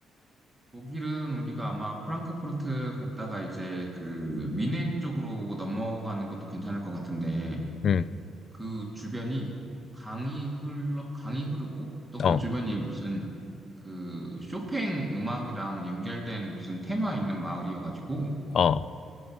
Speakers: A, in the centre; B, on the left.
A: 독일은 우리가 아마 프랑크푸르트 갔다가 이제 그 미넨 쪽으로 넘어가는 것도 괜찮을 것 같은데
B: 음,
A: 그 주변이 강이 흘러 강이 흐르고 또 그
B: 어,
A: 주변이 무슨 그 쇼팽 음악이랑 연결된 무슨 테마 있는 마을이어가지고
B: 어,